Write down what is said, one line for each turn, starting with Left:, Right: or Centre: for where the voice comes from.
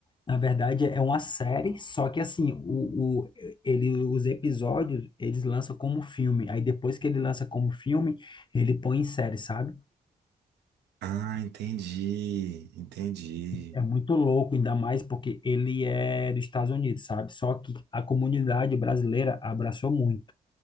Left: na verdade é uma série, só que, assim, o, o, ele, os episódios, eles lançam como filme. Aí, depois que ele lança como filme, ele põe em série, sabe?
Right: Ah, entendi, entendi.
Left: É muito louco, ainda mais porque ele é dos Estados Unidos, sabe? Só que a comunidade brasileira abraçou muito.